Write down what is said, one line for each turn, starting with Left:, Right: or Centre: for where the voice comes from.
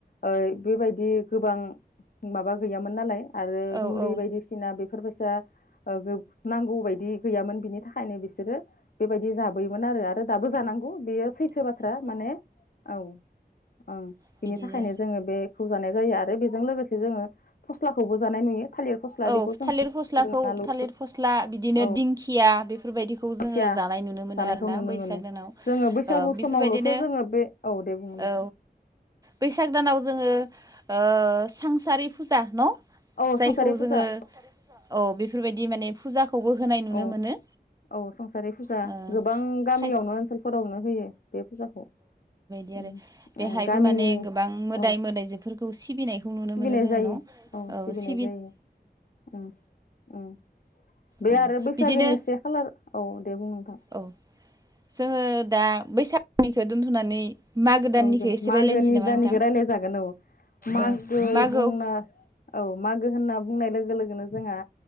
Left: ओ बेबायदि गोबां माबा गैयामोन नालाय आरो
Right: औ
Left: मुलि
Right: औ
Left: बायदिसिना बेफोरबोसो ओ बे नांगौ बायदि गैयामोन बिनि थाख खायनो बिसोरो बेबायदि जाबोयोमोन आरो आरो दाबो जानां गौ बियो सैथो बाथ्रा माने औ ओं
Right: बिदिनो
Left: बिनि थाखायनो जोङो बे खौ जानाय जायो आरो बेजों लोगोसे जोङो फस्ला जानाय नुयो थालिर
Right: औ
Left: बेखौ जों
Right: थालिर फस्लाखौ
Left: आलु
Right: थालिर फस्ला बिदिनो
Left: औ
Right: दिंखिया या बेफोरबायदिखौ
Left: खुथिया
Right: जोङो जानाय नुनो मोनो
Left: जानायखौ
Right: आरोना
Left: नुनो
Right: बैसाग
Left: मोनो
Right: दानाव ओ
Left: जोङो बैसागु
Right: बेफोरबायदिनो
Left: समावल'सो जोङो बे औ दे बुं नोंथां।
Right: औ बैसाग दानाव जोङो ओ सांसारि फुजा न
Left: औ
Right: जायखौ
Left: संसारि फुजा
Right: जोङो औ बेफोरबायदि माने फुजाखौबो होनाय नुनो
Left: औ
Right: मोनो।
Left: औ संसारि फुजा
Right: ओ
Left: गोबां गामियावनो
Right: खायसे
Left: ओनसोलफोरावनो होयो बे फुजाखौ।
Right: बे
Left: उम
Right: आरो बेहायबो
Left: ओ गामिनि
Right: माने गोबां मोदाय
Left: औ
Right: मोदायजोफोरखौ सिबिनायखौ नुनो
Left: सिबिनाय
Right: मोनो जोंङो
Left: जायो
Right: न औ
Left: सिबिनाय
Right: सि
Left: जायो उम उम। बे
Right: औ
Left: आरो बैसागोनि
Right: बिदिनो
Left: से खालार औ दे बुं नोंथां।
Right: औ जोङो दा बैसागनिखौ दोनथ'नानै मागो दाननिखौ
Left: औ जों
Right: एसे
Left: मागोनि
Right: रायलायनोसै नामा
Left: दाननिखौ
Right: नोंथां
Left: रायलाय जागोन औ। मागो
Right: औ मागोआव
Left: बुंना औ मागो होनना बुंनाय लोगो लोगोनो जोंहा